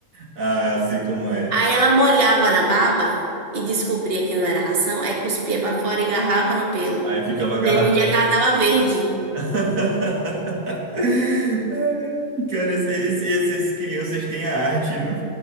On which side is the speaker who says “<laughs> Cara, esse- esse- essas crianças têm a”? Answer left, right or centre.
Right